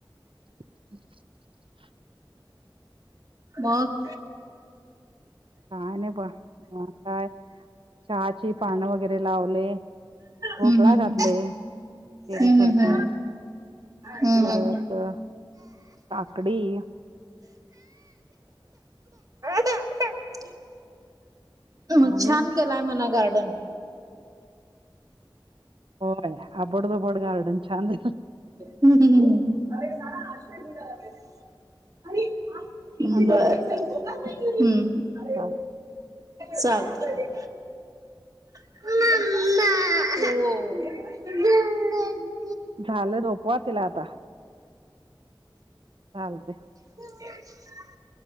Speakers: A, on the right (about 85°); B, on the right (about 45°).
A: ह <inaudible>
B: मग
A: काय नाय बघ आता चहाची पानं वगैरे लावले भोपळा
B: हम्म हम्म
A: घातले टेरेस
B: हम्म
A: वरती
B: हम्म हम्म हम्म
A: परत
B: हम्म
A: त काकडी-
B: हम्म. मग,
A: झालंय
B: छान केलाय म्हणा गार्डन
A: होय, आबड धोबड गार्डन छान झालं
B: हम्म <unintelligible> <inaudible> <inaudible> बरं,
A: छान
B: हम्म
A: चालल
B: चालतय ममा ओ घेना <unintelligible> <inaudible>
A: झालं. झोपावा तिला आता चालतंय
B: ममा च <unintelligible> <inaudible>